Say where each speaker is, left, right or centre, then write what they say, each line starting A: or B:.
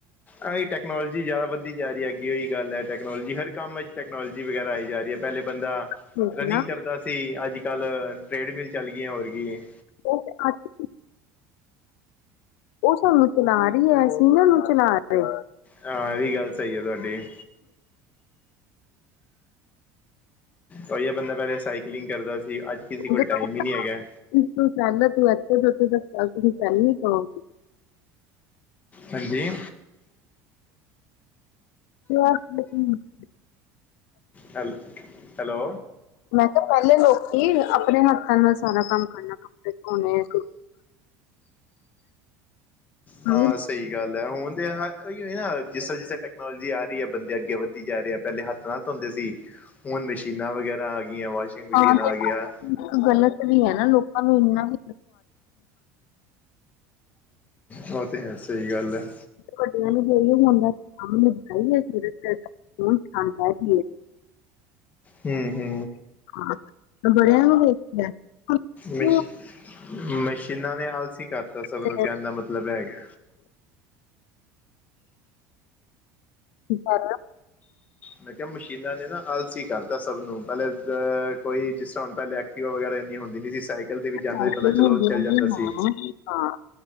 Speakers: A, on the left; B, on the left.
A: ਆਹੀ ਟੈਕਨੋਲੋਜੀ ਜ਼ਿਆਦਾ ਵੱਧਦੀ ਜਾ ਰਹੀ ਹੈਗੀ ਆ ਉਹੀ ਗੱਲ ਹੈ ਟੈਕਨੋਲੋਜੀ ਹਰ ਕੰਮ 'ਚ ਟੈਕਨੋਲੋਜੀ ਵਗੈਰਾ ਆਈ ਜਾ ਰਹੀ ਹੈ। ਪਹਿਲੇ ਬੰਦਾ
B: ਠੀਕ
A: ਰਨਿੰਗ
B: ਨਾ
A: ਕਰਦਾ ਸੀ ਅੱਜ ਕੱਲ੍ਹ ਟ੍ਰੇਡਮਿਲ ਚੱਲ ਗਈਆਂ ਹੋਰ ਕੀ ਏ।
B: <unintelligible> ਉਹ ਸਾਨੂੰ ਚਲਾ ਰਹੀ ਹੈ ਅਸੀਂ ਇਹ ਨੂੰ ਚਲਾ ਰਹੇ।
A: ਹਾਂ ਇਹ ਵੀ ਗੱਲ ਸਹੀ ਆ ਤੁਹਾਡੀ ਉਹੀ ਬੰਦਾ ਪਹਿਲੇ ਸਾਈਕਲਿੰਗ ਕਰਦਾ ਸੀ ਅੱਜ ਕਿਸ ਕੋਲ
B: ਜੇ
A: ਟਾਈਮ
B: ਕਹੋ
A: ਹੀ ਨਹੀਂ ਹੈਗਾ।
B: ਤੂੰ ਸਹਿ ਤੂੰ ਇੱਥੇ ਤੋਂ ਉੱਥੇ ਤੱਕ ਵਲ ਤੁਸੀਂ ਚੱਲ ਨਹੀ ਪਾਉਗੇ।
A: ਹਾਂਜੀ
B: <unintelligible>
A: ਹੈਲੋ- ਹੈਲੋ
B: ਮੈਂ ਕਿਹਾ ਪਹਿਲੇ ਲੋਕੀ ਆਪਣੇ ਹੱਥਾਂ ਨਾਲ ਸਾਰਾ ਕੰਮ ਕਰਨਾ ਕੱਪੜੇ ਧੋਣੇ ਸੁੱਕਣੇ।
A: ਹਾਂ ਸਹੀ ਗੱਲ ਹੈ ਹੁਣ ਤੇ ਨਾ ਉਹੀਉ ਨਾ ਜਿਸ ਤਰਾ ਟੈਕਨੋਲੋਜੀ ਆ ਰਹੀ ਹੈ ਬੰਦੇ ਅੱਗੇ ਵਧ ਕੀ ਕਹਿ ਰਹੇ ਹੈ ਪਹਿਲੇ ਹੱਥ ਨਾ ਧੋਂਦੇ ਸੀ ਹੁਣ ਮਸ਼ੀਨਾਂ ਵਗੈਰਾ ਆ ਗਈਆਂ ਵਾਸ਼ਿੰਗ ਮਸ਼ੀਨ
B: ਹਾਂ
A: ਆ
B: ਤੇ ਇੱਕ
A: ਗਿਆ।
B: ਗਲਤ ਵੀ ਹੈ ਨਾ ਲੋਕਾਂ ਨੂੰ ਇੰਨਾ ਹੀ
A: ਉਹ ਤੇ ਹੈ ਸਹੀ ਗੱਲ ਹੈ।
B: ਵੱਡਿਆਂ ਨੂੰ ਡੇਲੀ ਹੁੰਦੈ ਕੰਮ ਨਿਪਟਾਈਏ ਸਵੇਰੇ-ਸਵੇਰੇ ਫੋਨ ਚਲਾਣ ਬੈਹ ਜਾਈ ਏ।
A: ਹੂੰ-ਹੂੰ
B: ਹਾਂ ਬੜਿਆ ਨੂੰ ਵੇਖਿਆ। ਕਿਉਂ
A: ਮਸ਼ ਮਸ਼ੀਨਾਂ ਨੇ ਆਲਸੀ ਕਰਤਾ ਸਭ
B: ਤੇ
A: ਨੂੰ ਕਹਿਣ ਦਾ ਮਤਲਬ ਏ ਹੇਗਾ।
B: <unintelligible>
A: ਮੈਂ ਕਿਹਾ ਮਸ਼ੀਨਾਂ ਨੇ ਨਾ ਆਲਸੀ ਕਰਤਾ ਸਭ ਨੂੰ ਪਹਿਲੇ ਹ ਕੋਈ ਜਿਸ ਤਰ੍ਹਾਂ ਹੁਣ ਪਹਿਲੇ ਐਕਟਿਵਾ ਵਗੈਰਾ ਇੰਨੀ ਹੁੰਦੀ ਨਹੀਂ ਸੀ ਸਾਈਕਲ ਤੇ ਵੀ ਜਾਂਦਾ
B: ਸਾਈਕਲ
A: ਸੀ ਬੰਦਾ ਚਲੋ
B: ਹੁੰਦੇ
A: ਚੱਲ
B: ਹੁੰਦੇ
A: ਜਾਂਦਾ
B: ਹਾਂ
A: ਸੀ।
B: ਹਾਂ